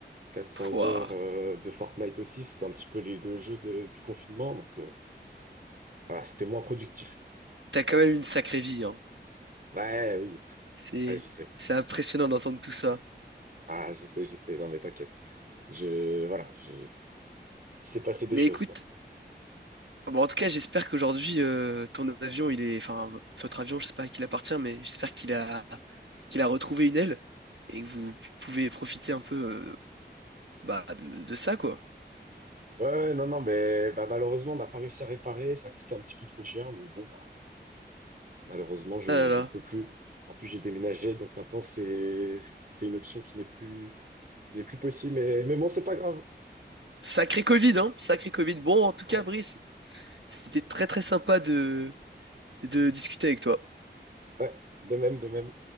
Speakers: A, on the right; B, on the right.
A: 400
B: Pouah.
A: heures euh, de Fortnite aussi, c'était un petit peu les deux jeux de- du confinement, donc euh, voilà, c'était moins productif.
B: T'as quand même une sacrée vie, hein.
A: Ouais, oui,
B: C'est...
A: ah, je sais,
B: C'est impressionnant d'entendre tout ça.
A: ah, je sais, je sais, non mais t'inquiète, je, voilà, je... il s'est passé des
B: Mais
A: choses,
B: écoute,
A: quoi.
B: Bon, en tout cas, j'espère qu'aujourd'hui, euh, ton avion, il est, enfin, v- votre avion, je sais pas à qui il appartient, mais j'espère qu'il a, qu'il a retrouvé une aile et que vous pouvez profiter un peu, euh, bah, de, de ça, quoi.
A: Ouais, ouais, non, non, mais bah, malheureusement, on n'a pas réussi à réparer, ça coûtait un petit peu trop cher, donc bon, bah, malheureusement, je,
B: Ah là là.
A: je ne peux plus. En plus, j'ai déménagé, donc maintenant, c'est, c'est une option qui n'est plus, qui n'est plus possible, mais, mais bon, c'est pas grave.
B: Sacré Covid, hein, sacré Covid. Bon, en tout cas,
A: Ouais,
B: Brice, c'était très très sympa de, de discuter avec toi.
A: ouais, de même, de même.